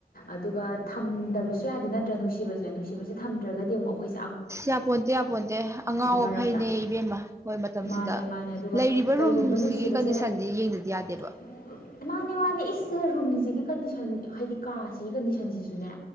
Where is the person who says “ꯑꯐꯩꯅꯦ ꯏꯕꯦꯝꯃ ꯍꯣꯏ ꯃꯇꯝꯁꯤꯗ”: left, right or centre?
Right